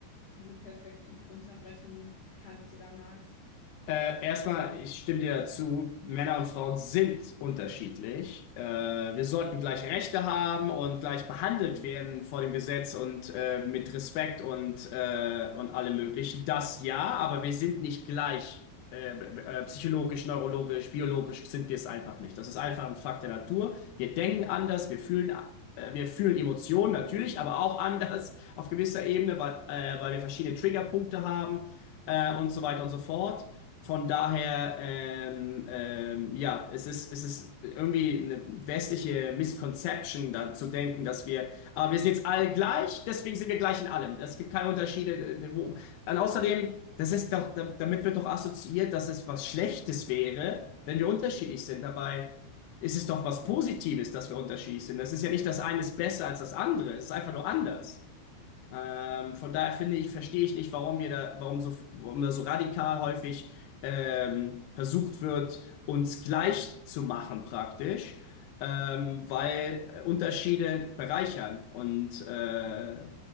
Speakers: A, on the left; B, on the left.
A: diese Perspektive runterbrechen kannst oder magst?
B: Äh, erstmal, ich stimme dir dazu, Männer und Frauen sind unterschiedlich. Äh, wir sollten gleich Rechte haben und gleich behandelt werden vor dem Gesetz und äh, mit Respekt und, äh, und allem Möglichen. Das ja, aber wir sind nicht gleich. Äh, äh, psychologisch, neurologisch, biologisch sind wir es einfach nicht. Das ist einfach ein Fakt der Natur. Wir denken anders, wir fühlen, äh, wir fühlen Emotionen natürlich, aber auch <laughs> anders auf gewisser Ebene, weil, äh, weil wir verschiedene Triggerpunkte haben äh, und so weiter und so fort. Von daher, ähm, ähm, ja, es ist, es ist irgendwie eine westliche Misconception, da zu denken, dass wir, aber wir sind jetzt alle gleich, deswegen sind wir gleich in allem. Es gibt keine Unterschiede. äh, äh, Wo, und außerdem, das ist doch, da- damit wird doch assoziiert, dass es was Schlechtes wäre, wenn wir unterschiedlich sind. Dabei ist es doch was Positives, dass wir unterschiedlich sind. Das ist ja nicht das eine ist besser als das andere, es ist einfach nur anders. Ähm, von daher finde ich, verstehe ich nicht, warum ihr da warum so, warum da so radikal häufig ähm, versucht wird, uns gleich zu machen praktisch, ähm, weil äh, Unterschiede bereichern und äh,